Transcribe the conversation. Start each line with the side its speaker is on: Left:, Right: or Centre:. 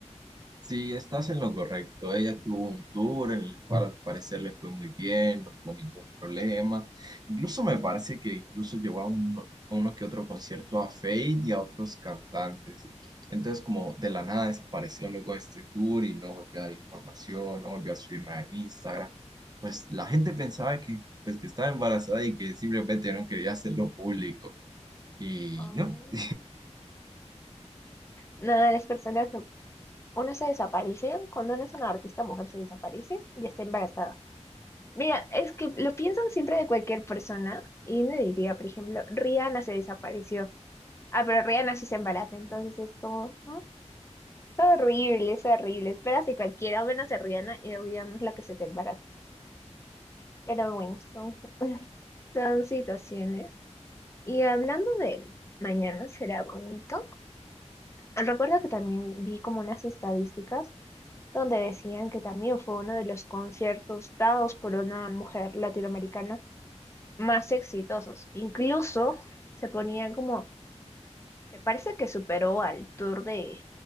Right: Sí, estás en lo correcto. Ella tuvo un tour en el cual al parecer le fue muy bien, no tuvo ningún problema. Incluso me parece que incluso llevó a uno, a uno que otro concierto a Fate y a otros cantantes. Entonces como de la nada desapareció luego este tour y no volvió a dar información, no volvió a subir nada en Instagram. Pues la gente pensaba que, pues, que estaba embarazada y que simplemente no quería hacerlo público. Y
Left: Ah.
Right: no. <laughs>
Left: Nada, las personas, no- uno se desaparece, cuando uno es una artista mujer se desaparece y está embarazada. Mira, es que lo piensan siempre de cualquier persona y me diría, por ejemplo, Rihanna se desapareció. Ah, pero Rihanna sí se embaraza, entonces es como, ¿no? Es horrible, es horrible. Esperas de cualquiera, menos de Rihanna y olvidamos la que se te embaraza. Pero bueno, son, <laughs> son situaciones. Y hablando de mañana será bonito. Recuerdo que también vi como unas estadísticas donde decían que también fue uno de los conciertos dados por una mujer latinoamericana más exitosos. Incluso se ponía como, me parece que superó al tour de